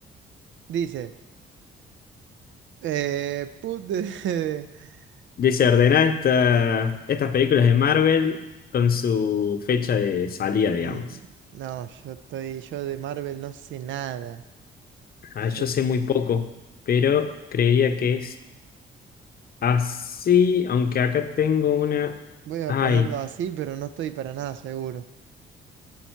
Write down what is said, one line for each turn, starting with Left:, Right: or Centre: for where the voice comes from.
Right: Dice, eh, put the- <laughs>
Left: Dice ordenar esta- estas películas de Marvel con su fecha de salida, digamos.
Right: Mm, No, yo estoy, yo de Marvel no sé nada.
Left: Ah, yo
Right: Yo
Left: sé muy poco, pero creería que es así, aunque acá tengo una...
Right: voy a
Left: Ay,
Right: ponerlo así, pero no estoy para nada seguro.